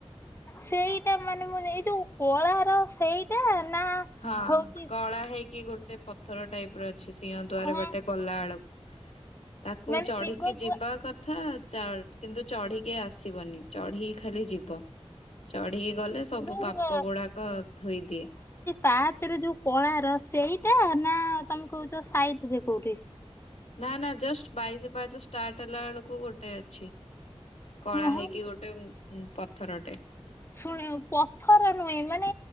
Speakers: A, on the left; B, on the left.
A: ସେଇଟା ମାନେ ମୁଁ ଏଇ ଯୋଉ କଳାର ସେଇଟା ନା
B: ହଁ
A: ହଉଛି
B: କଳା ହେଇକି ଗୋଟେ ପଥର ଟାଇପ୍ ର ଅଛି ସିଂହ ଦ୍ୱାର
A: ହଁ
B: ବାଟେ ଗଲା ଆଳୁକୁ। ତାକୁ
A: ମାନେ
B: ଚଢିକି
A: ସିଂହ
B: ଯିବା କଥା କଥା କିନ୍ତୁ ଚଢିକି ଆସିବନି ଚଢିକି ଖାଲି ଯିବ। ଚଢିକି ଗଲେ ସବୁ
A: ଯୋଉ
B: ପାପ ଗୁଡାକ ଧୋଇଦିଏ।
A: ପାହାଚରେ ଯୋଉ କଳାର ସେଇଟା ନା ତମେ କହୁଛ ସାଇଟ୍ ରେ କୋଉଠି।
B: ନା ନା ଜଷ୍ଟ୍ ବାଇଶି ପାହାଚ ଷ୍ଟାର୍ଟ ହେଲା ବେଳକୁ ଗୋଟେ ଅଛି। କଳା
A: ହଁ
B: ହେଇକି ଗୋଟେ ଉ ପଥରଟେ
A: ଶୁଣେ ପଥରା ନୁହେଁ ମାନେ